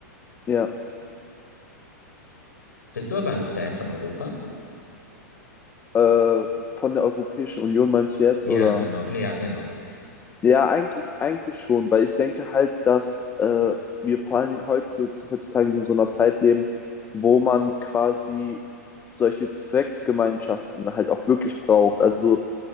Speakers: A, on the left; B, on the left.
A: ja,
B: Bist du aber ein Fan von Europa?
A: äh, von der Europäischen Union meinst du jetzt,
B: Ja,
A: oder?
B: genau. Nee, ja, genau.
A: Ja, eigentlich, eigentlich schon, weil ich denke halt, dass äh, wir vor allen Dingen heute, heutzutage in so einer Zeit leben, wo man quasi solche Zwecksgemeinschaften halt auch wirklich braucht. Also